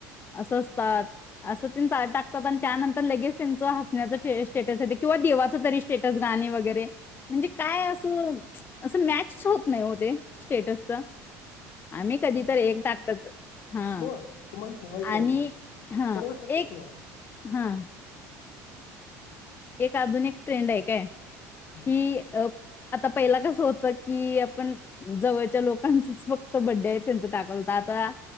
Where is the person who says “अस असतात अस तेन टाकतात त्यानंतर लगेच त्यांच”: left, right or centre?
Left